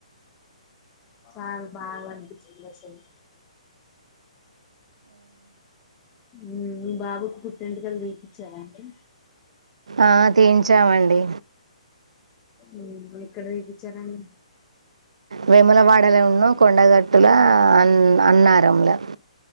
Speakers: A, on the left; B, on the right.
A: చాలా బాగ అన్పిచ్చింది అసలు ఉమ్ మీ బాబుకి పుట్టెంటికల్ దీపిచ్చార అండి
B: ఆ తీయించామండి
A: ఉ ఎక్కడ దీపిచ్చారండి
B: వేములవాడలో ఉన్నా కొండగట్టుల అన్ అన్నారంలో